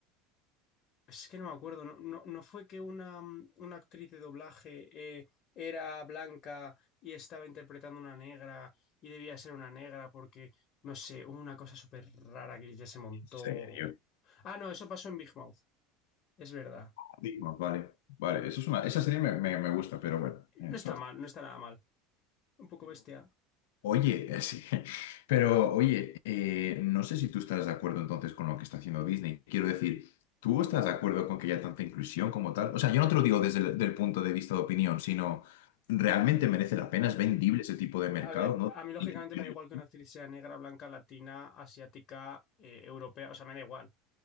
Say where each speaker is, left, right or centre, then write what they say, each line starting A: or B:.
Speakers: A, on the left; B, on the left.
A: Es que no me acuerdo, no, no, no fue que una, mm, una actriz de doblaje eh, era blanca y estaba interpretando una negra y debía ser una negra porque, no sé, hubo una cosa súper rara que ya se montó.
B: en serio.
A: Ah, no, eso pasó en Big Mouth. Es verdad.
B: Digo, Vale, vale, eso es una, esa serie me, me- me gusta, pero bueno, eso.
A: No está mal, no está nada mal. Un poco bestia.
B: Oye, eh, sí, <laughs> pero oye, eh, no sé si tú estás de acuerdo entonces con lo que está haciendo Disney. Quiero decir, ¿tú estás de acuerdo con que haya tanta inclusión como tal? O sea, yo no te lo digo desde el del punto de vista de opinión, sino realmente merece la pena, es vendible ese tipo de mercado,
A: A ver,
B: ¿no?
A: a mí
B: <laughs>
A: lógicamente
B: Inclusión.
A: me da igual que una actriz sea negra, blanca, latina, asiática, eh, europea, o sea, me da igual.